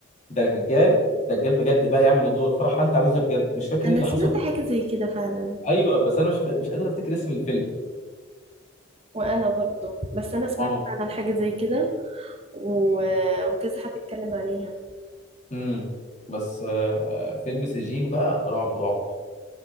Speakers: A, on the left; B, on the right.
A: دجال دجال بجد بقى يعمل الدور فراح قال تعويذه بجد مش فاكر
B: انا
A: ايه اللي
B: سمعت
A: حصل
B: حاجه زي كده فعلا
A: ايوه بس انا مش مش قادر افتكر اسم الفيلم
B: وانا برضو بس انا سمعت
A: اه
B: فعلا حاجه زي كده و... وكذا حد اتكلم عليها
A: امم بس آه، فيلم سجين بقى رعب رعب